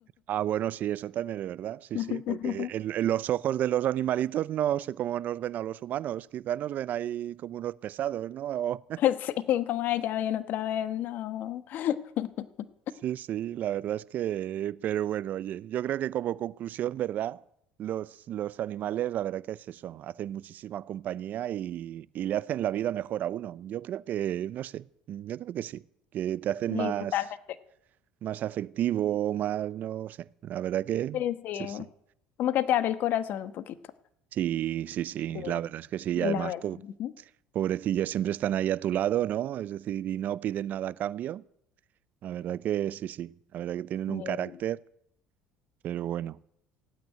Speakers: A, on the right; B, on the left.
A: Ah, bueno, sí, eso también es verdad. Sí,
B: <laughs>
A: sí, porque en, en los ojos de los animalitos no sé cómo nos ven a los humanos. Quizás nos ven ahí como unos pesados, ¿no?
B: Sí, como ella ya viene otra vez, no. <laughs>
A: Sí, sí, la verdad es que, pero bueno, oye, yo creo que como conclusión, ¿verdad? Los, los animales, la verdad que es eso, hacen muchísima compañía y, y le hacen la vida mejor a uno. Yo creo que, no sé, yo creo que sí, que te hacen
B: Sí,
A: más,
B: totalmente.
A: más afectivo, más, no sé, la verdad que
B: Sí, sí,
A: sí, sí.
B: como que te abre el corazón un poquito.
A: Sí, sí, sí,
B: Sí,
A: la verdad es que sí,
B: y
A: y además,
B: la mente.
A: po-
B: ujú.
A: pobrecillos, siempre están ahí a tu lado, ¿no? Es decir, y no piden nada a cambio. La verdad que sí, sí, la verdad que tienen
B: Bien.
A: un carácter, pero bueno.